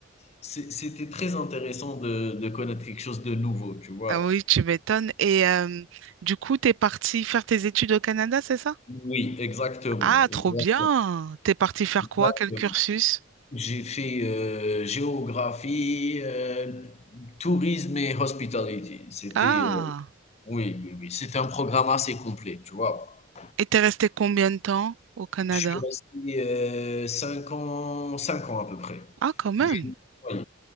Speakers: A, on the left; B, on the right.
A: c'était très intéressant de de connaître quelque chose de nouveau, tu vois?
B: Ah oui, tu m'étonnes. Et euh, du coup, t'es parti faire tes études au Canada, c'est ça?
A: Oui, exactement,
B: Ah,
A: exactement,
B: trop bien. T'es parti faire
A: exactement.
B: quoi? Quel cursus?
A: J'ai fait, heu, géographie, heu, tourisme et hospitality. C'était,
B: Ah.
A: Oui, oui, oui, c'était un programme assez complet, tu vois?
B: Et t'es resté combien de temps au Canada?
A: Je suis resté, heu, 5 ans 5 ans à peu près.
B: Ah, quand même.
A: J'ai oui,